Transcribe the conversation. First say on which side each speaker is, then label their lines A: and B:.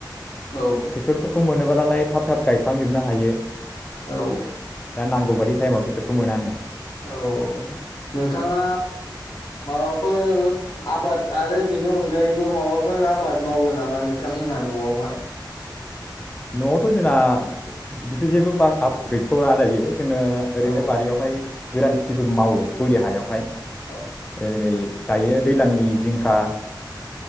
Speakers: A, on the left (about 70°); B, on the left (about 15°).
A: औ
B: ट्रेक्टरफोरखौ मोनोबालालाय थाब थाब गायखांजोबनो हायो।
A: औ
B: दा नांगौबादि टाइमाव ट्रेक्टरखौ मोननानो।
A: औ नोंथाङा माबाफोर आबाद आरो बेनि अनगायैबो माबाफोर आबाद मावो नामा नोंथांमोनहा न'आवहाय?
B: न'आवथ' जोंना बिदिथ' जेबो आबाद गैथ'आ दायो जोङो ओरैनो
A: औ
B: बारियावहाय गरान खेथिफोर मावो बोरि हायावहाय
A: औ
B: <unintelligible> दायो दैज्लांनि जिंखा